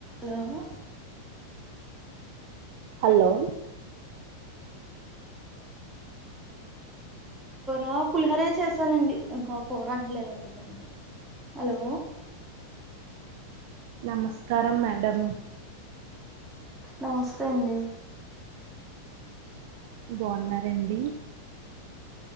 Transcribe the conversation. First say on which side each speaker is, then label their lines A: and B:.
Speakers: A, on the right (about 15°); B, on the right (about 50°).
A: hello
B: hello
A: ఆ పులిహరే చేసానండి ఇంకో ఫోర్ అంటలేదండి త హలో
B: నమస్కారంారం మేడం
A: నమస్తే అండి
B: బాగున్నారంండి